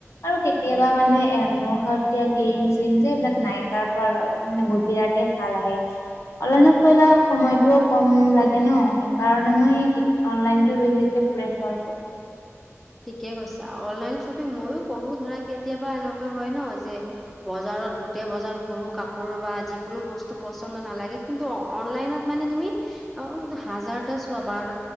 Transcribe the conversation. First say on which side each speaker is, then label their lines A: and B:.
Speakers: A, on the left; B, in the centre.
A: আৰু কেতিয়াবা মানে এমহতিয়া ক্ৰীম চিম যে এইবিলাক নাইকাৰ পৰা লৈ মানে বহু বিৰাতে ভাল আহে। অনলাইনত কৰিলে সময়তটোও কম লাগে ন সেইকাৰণে মই অনলাইন বেছিকে প্ৰিফাৰ কৰো।
B: ঠিকে কৈছা, অনলাইন শ্বপিং মইো কৰো ধৰা কেতিয়াবা এনেকুৱা হয় ন যে বজাৰত গোটেই বজাৰ কৰো, কাপোৰ বা যিকোনো বস্তু পচন্দ নালাগে কিন্তু অনলাইনত মানে তুমি অ, হাজাৰটা চোৱা বাৰ